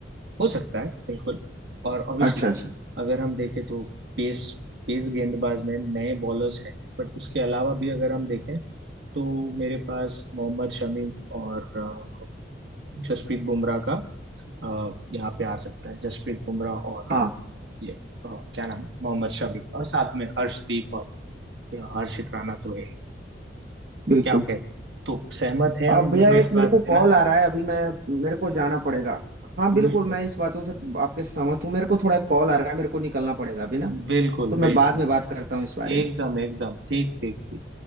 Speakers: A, on the right; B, on the right.
A: हो सकता है बिल्कुल और ऑब्वियसली
B: अच्छा अच्छा
A: अगर हम देखें तो पेस पेस गेंदबाज में नए बॉलर्स हैं बट उसके अलावा भी अगर हम देखें तो मेरे पास मोहम्मद शमी और अ, जसप्रीत बुमराह का अ, यहाँ पे आ सकता है जसप्रीत बुमराह और
B: हाँ
A: ये अ, क्या नाम है? मोहम्मद शमी और साथ में अर्शदीप और अ, हर्षित राणा तो है ही।
B: बिल्कुल
A: क्या कहते हैं तो सहमत हैं
B: अब
A: हम दोनों
B: भैया एक
A: इस
B: मेरे
A: बात
B: को
A: से
B: कॉल
A: ना
B: आ रहा है अभी मैं मेरे को जाना पड़ेगा हाँ बिल्कुल
A: बिल्कुल
B: मैं इस बातों से आपके सहमत हूँ मेरे को थोड़ा कॉल आ रहा है मेरे को निकलना पड़ेगा अभी ना
A: बिल्कुल
B: तो मैं
A: बिल्कुल
B: बाद में बात करता हूँ इस बारे
A: एकदम
B: में
A: एकदम ठीक ठीक ठीक